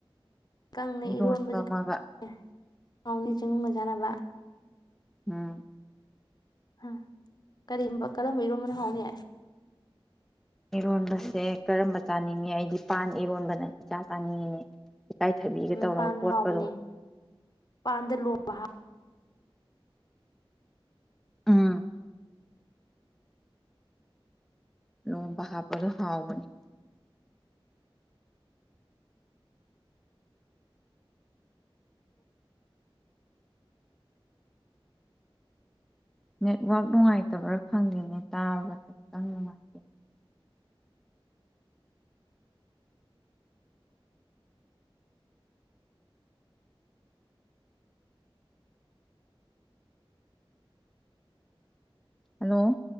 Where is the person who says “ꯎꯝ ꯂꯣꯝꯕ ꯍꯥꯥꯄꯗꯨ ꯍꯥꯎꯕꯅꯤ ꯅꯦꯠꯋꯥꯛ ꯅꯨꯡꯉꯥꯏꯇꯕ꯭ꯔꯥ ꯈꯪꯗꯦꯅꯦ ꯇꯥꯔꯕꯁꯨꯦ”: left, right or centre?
Centre